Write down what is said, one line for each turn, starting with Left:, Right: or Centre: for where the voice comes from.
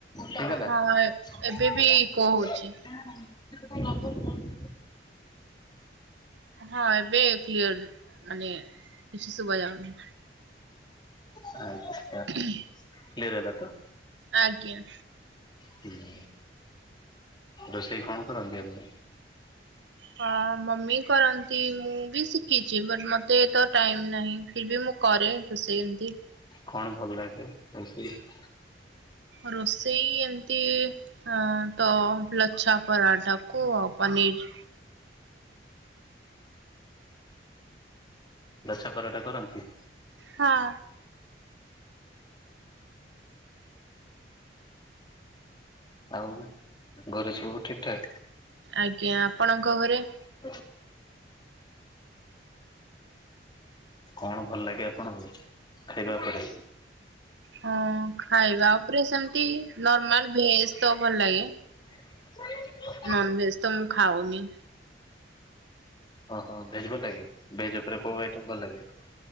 Left: ହେଇଗଲା।
Right: ହଁ
Left: <unintelligible>
Right: ଏବେ ବି ଇକୋ ହଉଛି। ହଁ ଏବେ କ୍ଲିୟର ମାନେ କିଛି ଶୁବାଯାଉନି।
Left: <inaudible>
Right: <unintelligible>
Left: କ୍ଲିୟର ହେଲା ତ?
Right: ଆଜ୍ଞା।
Left: ହୁଁ ରୋଷେଇ କଣ କରନ୍ତି? <unintelligible>
Right: ହଁ ମମି କରନ୍ତି ମୁଁ ବି ଶିଖିଛି ବଟ୍ଟ ମତେ ତ ଟାଇମ୍ ନାହିଁ। ଫିର୍ ବି ମୁ କରେ ରୋଷେଇନ୍ତି।
Left: କଣ ଭଲ ଲାଗେ <unintelligible>
Right: ରୋଷେଇ ଏମତି ହ ତ ଲଚଛା ପରାଟା କୁ ପନିର୍।
Left: ଲଚ୍ଛା ପରଟା କରନ୍ତି?
Right: ହଁ।
Left: ଆଉ ଘରେ ସବୁ ଠିକ ଠାକ୍?
Right: ଆଜ୍ଞା ଆପଣଙ୍କ ଘରେ?
Left: <unintelligible> କଣ ଭଲ ଲାଗେ ଆପଣଙ୍କୁ ଖାଇବା ପାଇଁ?
Right: ହଁ ଖାଇବା ଉପରେ ସେମତି ନର୍ମାଲ ଭେଜ୍ ତ ଭଲ୍ ଲାଗେ।
Left: <inaudible>
Right: ନନଭେଜ୍ ତ ମୁଁ ଖାଉନି।
Left: ଓ ହ ଭେଜ୍ ଭଲ୍ ଲାଗେ ଭେଜ୍ ଉପରେ କଉ ଆଇଟମ୍ ଭଲ ଲାଗେ?